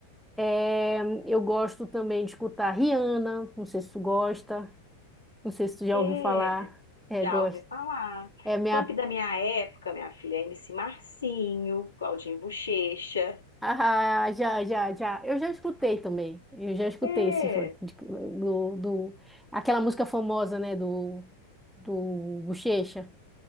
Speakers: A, in the centre; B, on the left.
A: É, eu gosto também de escutar Rihanna, não sei se tu gosta, não sei se tu já
B: É,
A: ouviu falar, é,
B: já
A: gosto.
B: ouvi falar.
A: É minha
B: Funk da minha época, minha filha, MC Marcinho, Claudinho Bochecha.
A: Ah, já, já, já. Eu já escutei também. Eu já escutei
B: É,
A: esse for- de- do, do aquela música famosa, né, do do Bochecha.